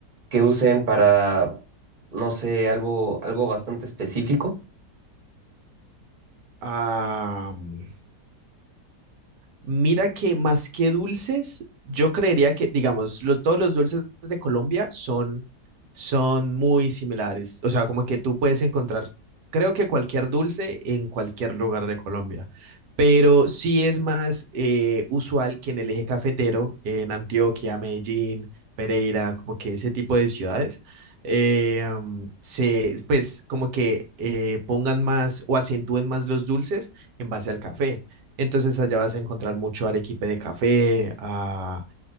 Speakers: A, on the right; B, on the right.
A: que usen para, no sé, algo, algo bastante específico.
B: Ah, mm, Mira que más que dulces, yo creería que, digamos, los, todos los dulces de Colombia son, son muy similares. O sea, como que tú puedes encontrar, creo que cualquier dulce en cualquier lugar de Colombia. Pero sí es más eh, usual que en el eje cafetero, en Antioquia, Medellín, Pereira, como que ese tipo de ciudades, eh, am, se, pues como que eh, pongan más o acentúen más los dulces en base al café. Entonces allá vas a encontrar mucho arequipe de café, ah,